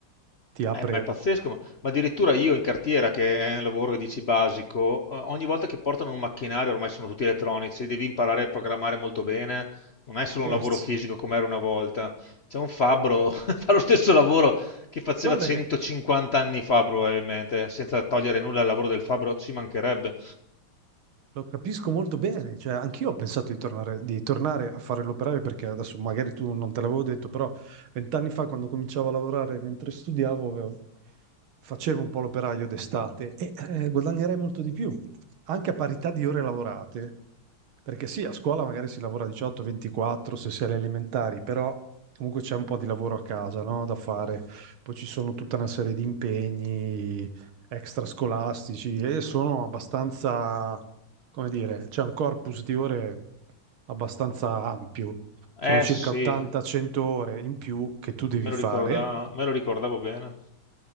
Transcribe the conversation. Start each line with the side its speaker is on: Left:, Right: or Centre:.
Right: ti apre.
Left: Eh, ma è pazzesco, ma, ma addirittura io in cartiera, che è un lavoro che dici basico, eh, ogni volta che portano un macchinario, ormai sono tutti elettronici, devi imparare a programmare
Right: Eh,
Left: molto bene, non
Right: Ma
Left: è solo
Right: scherzi.
Left: un lavoro fisico come era una volta. C'è un fabbro, <laughs> fa lo stesso lavoro
Right: Ma
Left: che faceva
Right: guarda
Left: 150
Right: che
Left: anni fa probabilmente, senza togliere nulla al lavoro del fabbro, ci mancherebbe.
Right: Lo capisco molto bene, cioè anch'io ho pensato di tornare, di tornare a fare l'operaio perché adesso magari tu non te l'avevo detto, però vent'anni fa quando cominciavo a lavorare mentre studiavo avevo- facevo un po' l'operaio d'estate e eh, guadagnerei molto di più, anche a parità di ore lavorate, perché sì, a scuola magari si lavora 18-24 se si è alle elementari, però comunque c'è un po' di lavoro a casa, no, da fare, poi ci sono tutta una serie di impegni, extrascolastici e sono abbastanza, come dire, c'è un corpus di ore abbastanza ampio. Sono
Left: Eh
Right: circa
Left: sì,
Right: 80-100 ore in più che tu devi
Left: me lo
Right: fare.
Left: ricorda- me lo ricordavo bene.